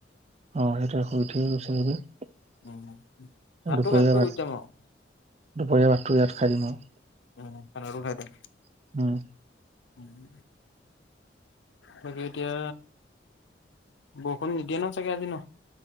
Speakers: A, on the right; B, on the left.
A: অ' সেইটোৱে শুই উঠিয়ে গুচি আহিবি। দুপৰীয়া
B: উম ভাতটো খাই লৈ
A: ভাত
B: গুচি যাম আৰু
A: দুপৰীয়া ভাতটো ইয়াত খাই দিম আও।
B: উম, খানাটো খাই দিম।
A: আৰু উম
B: উম, বাকী এতিয়া বৰষুণ নিদিয়ে নহয় চাগে আজি ন।